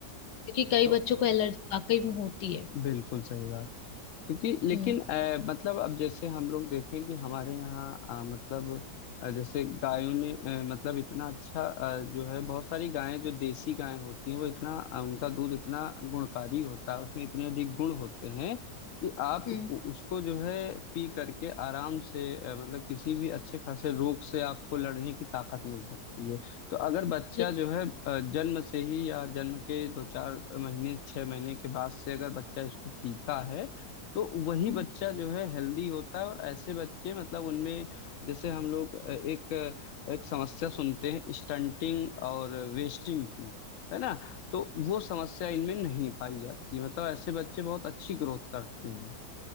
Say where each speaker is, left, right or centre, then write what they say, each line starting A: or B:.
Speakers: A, on the left; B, on the left.
A: क्योंकि कई
B: तो
A: बच्चों को एलर्जी वाकई में होती है
B: बिल्कुल सही बात क्योंकि लेकिन
A: हम्म
B: अ, मतलब अब जैसे हम लोग देखें कि हमारे यहाँ अ, मतलब अ, जैसे गायों ने अ, मतलब इतना अच्छा अ, जो है बहुत सारी गायें जो देसी गायें होती हैं वो इतना अ, उनका दूध इतना गुणकारी होता है उसमें इतने अधिक गुण होते हैं कि आप
A: हम्म
B: उ- उसको जो है पी करके आराम से अ, मतलब किसी भी अच्छे खासे रोग से आपको लड़ने की ताकत मिल सकती है तो अगर बच्चा
A: ये
B: जो है अ, जन्म से ही या जन्म के दो चार महीने छह महीने के बाद से अगर बच्चा इसको पीता है तो वही
A: हम्म।
B: बच्चा जो है हेल्दी होता है और ऐसे बच्चे मतलब उनमें जैसे हम लोग अ, एक अ, एक समस्या सुनते हैं स्टंटिंग और वेस्टिंग की है ना तो वो समस्या इनमें नहीं पाई जाती मतलब ऐसे बच्चे बहुत अच्छी ग्रोथ करते हैं